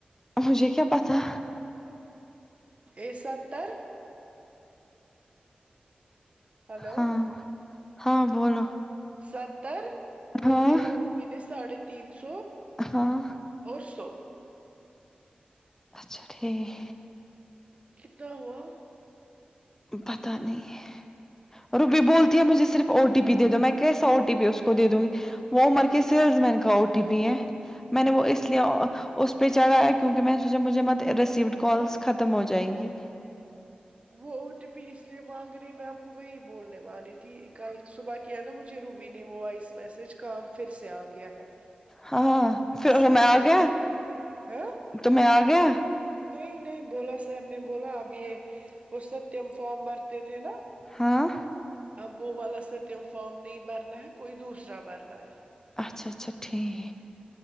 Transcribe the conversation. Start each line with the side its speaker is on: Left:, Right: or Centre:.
Left: مجھے کیا پتا
Right: اے ستر ہیلو
Left: ہاں ہاں بولو
Right: ستر اور
Left: ہاں
Right: دئیے ہیں روبی نے ساڑھے تین سو
Left: ہاں
Right: اور سو
Left: اچھا ٹھیک
Right: کتنا ہوا
Left: پتا نہیں اور روبی بھی بولتی ہیں مجھے صرف او ٹی پی دے دو میں کیسا او ٹی پی اس کو دے دوں گی وہ عمر کے سیلز مین کا او ٹی پی ہے میں نے وہ اس لیے اس پہ چڑھایا کیونکہ میں نے سوچا مجھے مت ریسیوڈ کالس ختم ہو جائیں گی
Right: وہ او ٹی پی اس لیے مانگ رہی میں آپ کو وہی بولنے والی تھی کل صبح کیا نا مجھے روبی نہیں وہ وائس میسج کام پھر سے آ گیا ہے
Left: ہاں پھر
Right: سر
Left: وہ میں
Right: نے
Left: آ گیا
Right: بولا ہاں
Left: تمھیں آگیا
Right: نہیں نہیں بولا سر نے بولا اب یہ وہ ستم فم بھرتے تھے نا
Left: ہاں
Right: اب وہ والا ستیم فارم نہیں بھرنا ہے کوئی دوسرا بھرنا ہے
Left: اچھا اچھا ٹھیک